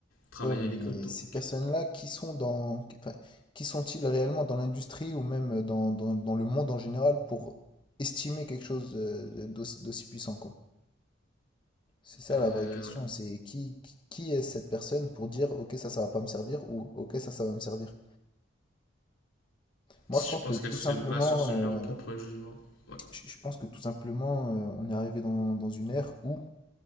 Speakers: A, on the left; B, on the left.
A: travailler
B: Ouais, mais
A: à l'école Donc,
B: ces personnes-là, qui sont dans, enfin, qui sont-ils réellement dans l'industrie ou même dans, dans- dans le monde en général pour estimer quelque chose de- de- d'aussi d'aussi puissant, quoi? C'est ça
A: euh,
B: la vraie question,
A: ouais.
B: c'est qui, qui qui est cette personne pour dire, ok, ça, ça va pas me servir ou ok, ça, ça va me servir. Moi,
A: je
B: je pense
A: pense
B: que tout
A: qu'elles se
B: simplement,
A: basent sur leur propre
B: euh,
A: jugement. Ouais.
B: je je pense que tout simplement, euh, on est arrivé dans, dans une ère où